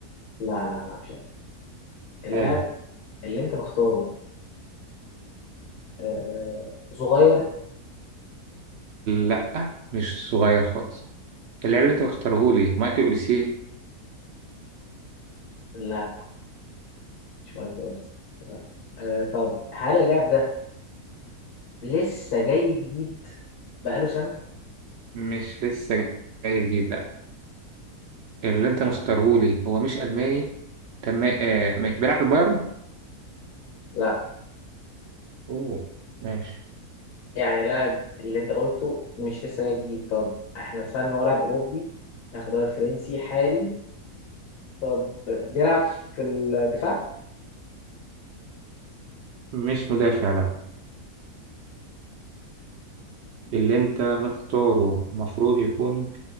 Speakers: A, on the left; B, on the right.
A: لا لا لا مش عارف. اللاعب
B: حلو
A: اللي انت مختاره آه صغير؟
B: لا مش صغير خالص اللاعب اللي انت مختاره لي مايكل اوليسيه
A: لا مش مايكل أوين. آه طب هل اللاعب ده لسه جاي جديد؟ بقاله سنة؟
B: مش لسه جاي جديد لا اللي انت مختاره لي هو مش الماني تمام آه مش بيلعب في البايرن
A: لا
B: اوه ماشي
A: يعني اللاعب اللي انت قلته مش لسه جاي جديد طب احنا اتفقنا ان هو لاعب اوروبي لاعب في الدوري الفرنسي حالي طب بيلعب في الدفاع؟
B: مش مدافع لا اللي انت مختاره المفروض يكون